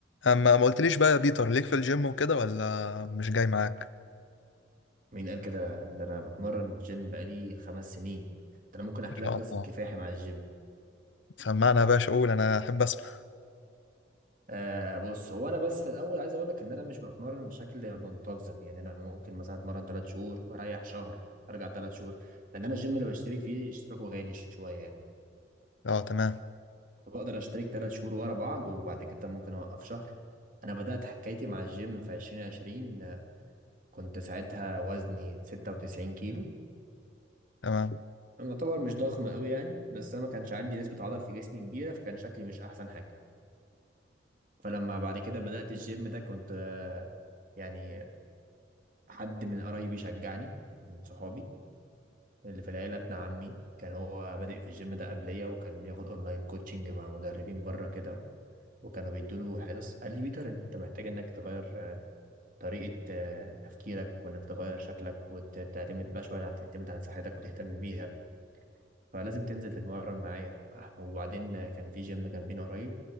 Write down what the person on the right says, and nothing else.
مين قال كده ده انا بتمرن جيم بقالي خمس سنين ده انا ممكن احكي
لك قصه
كفاحي مع الجيم
آه بص هو انا بس الاول عايز اقول لك ان انا مش بتمرن بشكل منتظم يعني انا ممكن مثلا اتمرن ثلاث شهور واريح شهر ارجع ثلاث شهور لان انا الجيم اللي بشترك فيه اشتراكه غالي شويه يعني
فبقدر اشترك ثلاث شهور ورا بعض وبعد كده ممكن اوقف شهر انا بدات حكايتي مع الجيم في 2020 آه، كنت ساعتها وزني 96 كيلو
انا يعتبر مش ضخم قوي يعني بس انا ما كانش عندي نسبة عضل في جسمي كبيرة فكان شكلي مش احسن حاجة فلما بعد كده بدأت الجيم ده كنت آه، يعني حد من قرايبي شجعني من صحابي اللي في العيلة ابن عمي كان هو بادئ في الجيم ده قبليا وكان بياخد اونلاين كوتشنج مع مدربين بره كده و- وكانوا بيدوله حصص قال لي بيتر انت محتاج انك تغير آه، طريقة آه، تفكيرك وانك تغير شكلك وتعتمد بقى شوية على تعتمد على صحتك وتهتم بيها فلازم تنزل تتمرن معايا أح- وبعدين كان في جيم جنبينا قريب